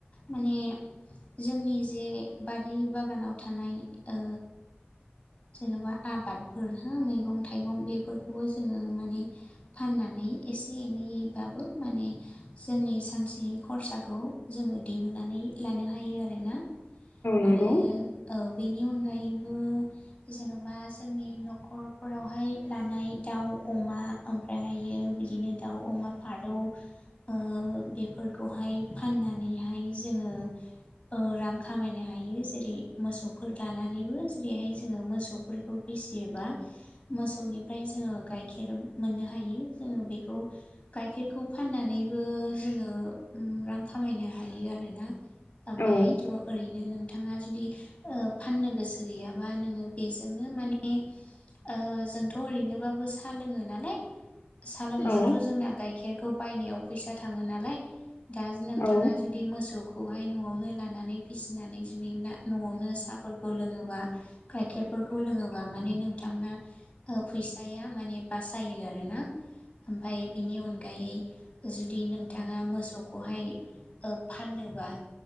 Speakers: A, on the left; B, on the left.
A: माने जोंनि जे बारि बागानाव थानाय ओ जेन'बा आबादफोर हो मैगं थाइगं बेफोरखौबो जोङो माने फाननानै एसे एनैबाबो माने जोंनि सानसेनि खरसाखौ जोङो दिहुनना नै लानो हायो आरोना
B: नंगौ
A: आरो औ बेनि अनगायैबो जेन'बा जोंनि न'खरफोरावहाय लानाय दाउ अमा ओमफ्रायहायो बिदिनो दाउ अमा फारौ ओ बेफोरखौहाय फाननानैहाय जोङो रां खामायनो हायो ।जेरै मोसौफोर लानानैबो जेरैहाय जोङो मोसौफोरखौ फिसियोबा मोसौनिफ्राय जोङो गाइखेर मोननो हायो। जोङो बेखौ गाइखेरखौ फाननानैबो जोङो उ रां खामायनो हायो आरो। रोना ओमफायहायथ'
B: औ
A: ओरैनो नोंथाङा जुदि ओ फाननो गोसो गैया बा नोङो बेजोंनो माने ओ जोंथ' ओरैनोबाबो साहा लोङो नालाय सा लोंनायावथ'
B: औ
A: जोंना गाइखेरखौ बायनायाव फैसा थाङो नालाय दा नोंथाङा
B: औ
A: जुदि मोसौखौहाय न'आवनो लानानै फिसिनानै जुदि ना न'आवनो साफोरखौ लोङोबा गाइखेरफोरखौ लोङोबा माने नोंथांना ओ फैसाया माने बासायो आरोना ओमफाय बिनि अनगायै जुदि नोंथाङा मोसौखौहाय ओ फाननोबा